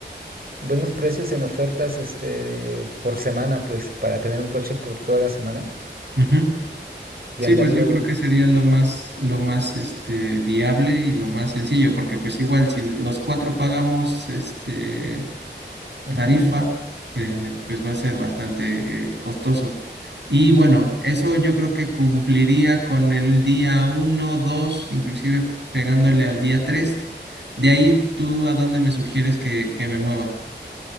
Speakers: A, on the right; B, on the right.
A: buenos precios en ofertas este por semana, pues, para tener un coche por toda la semana
B: Ujú.
A: y
B: Sí,
A: andarlo.
B: pues yo creo que sería lo más, lo más este, viable y lo más sencillo, porque pues igual si no- los cuatro pagamos este,
A: Ujú.
B: tarifa, eh, pues va a ser bastante eh, costoso. Y bueno, eso yo creo que cumpliría con el día uno, 2, inclusive pegándole al día 3. De ahí, ¿tú a dónde me sugieres que, que me mueva?